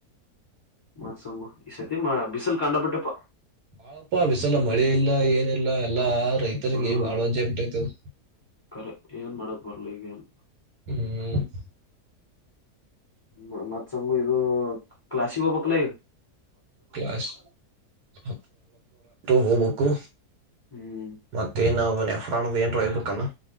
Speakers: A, on the left (about 15°); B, on the right (about 75°).
A: ಮತ್ಸಂಗು ಈ ಸತಿ ಬಿಸಿಲು ಕಂಡ ಪಟ್ಟಿಪ.
B: ಬಾಳಪ ಬಿಸಲ ಮಳೆ ಇಲ್ಲ ಏನಿಲ್ಲ ಎಲ್ಲಾ ರೈತರಿಗೆ
A: ಹ್ಮ್
B: ಬಾಳ ಅಜ್ಜೆ ಬಿಟ್ಟೈತವು
A: ಕರೆ ಏನ್ ಮಾಡಕ್ ಬರ್ಲಿ ಈಗೇನ್
B: ಹ್ಮ
A: ಹ ಮತ್ತ್ಸಂಗು ಇದು ಕ್ಲಾಸಿಗೆ ಹೋಗಬೇಕೀಲೆ.
B: <unintelligible> <unintelligible> ಹೋಗಬೇಕು
A: ಹ್ಮ್
B: ಮತ್ತೇನ ಅವುದು ನೆಫ್ರಾನ್ ಏನ್ ಏನಾರಾ ಹೇಳ್ಬೇಕ್